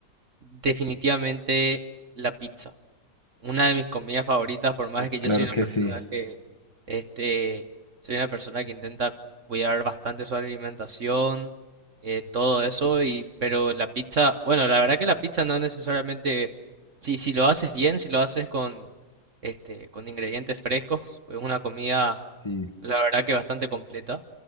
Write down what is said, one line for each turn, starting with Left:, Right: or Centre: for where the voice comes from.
Right: definitivamente la pizza. Una de mis comidas favoritas, por más
Left: Uf,
Right: que yo
Left: Claro
Right: soy una
Left: que
Right: persona
Left: sí,
Right: que, este, soy una persona que intenta cuidar bastante su alimentación, eh, todo eso, y, pero la pizza, bueno, la verdad que la pizza no necesariamente, si, si lo haces bien, si lo haces con, este, con ingredientes frescos, es una comida,
Left: sí.
Right: la verdad que bastante completa,